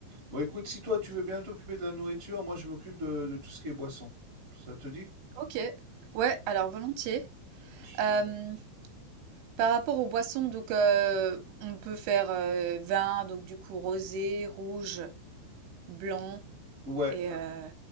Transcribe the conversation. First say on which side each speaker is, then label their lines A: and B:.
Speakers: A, on the right; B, on the right.
A: Bon, écoute, si toi tu veux bien t'occuper de la nourriture, moi je m'occupe de, de tout ce qui est boisson. Ça te dit?
B: OK. Ouais, alors volontiers.
A: Je-
B: Hem, par rapport aux boissons, donc heu, on peut faire, heu, vin, donc du coup rosé, rouge, blanc
A: Ouais.
B: et heu